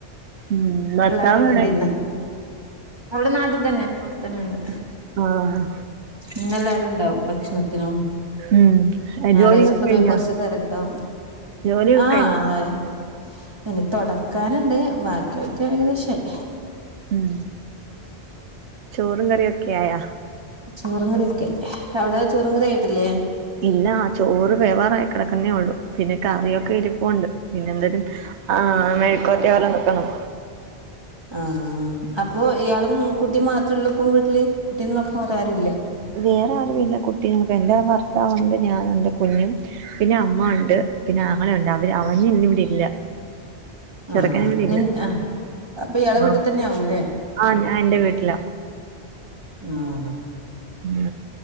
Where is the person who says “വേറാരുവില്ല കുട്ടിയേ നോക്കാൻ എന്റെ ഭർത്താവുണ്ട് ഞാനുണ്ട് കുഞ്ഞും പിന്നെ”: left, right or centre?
Right